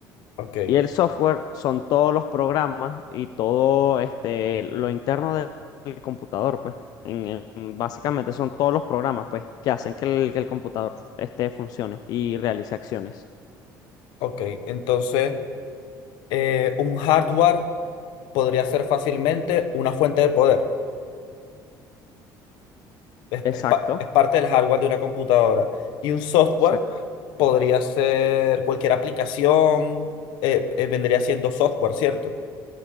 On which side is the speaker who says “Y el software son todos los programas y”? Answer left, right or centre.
Left